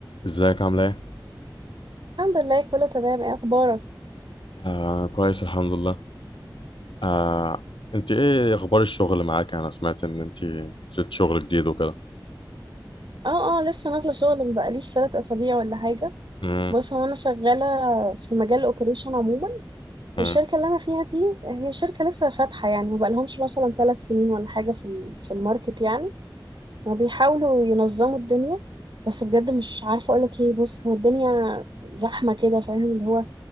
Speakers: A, on the left; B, on the right.
A: ازيك عامله ايه؟
B: الحمد لله كله تمام ايه اخبارك
A: آه كويس الحمد لله آه انت ايه اخبار الشغل معاك انا سمعت ان انت سبت شغل جديد وكده
B: اه اه لسه نازله شغل مبقاليش ثلاث اسابيع ولا حاجه
A: مم،
B: بص هو انا شغاله في مجال الاوبريشن عموما
A: مم،
B: والشركه اللي انا فيها دي هي شركه لسه فاتحه يعني مبقالهمش مثلا ثلاث سنين ولا حاجه في ال- في الماركت يعني وبيحاولوا ينظموا الدنيا بس بجد مش عارفه اقولك ايه بص هو الدنيا زحمه كده فاهم اللي هو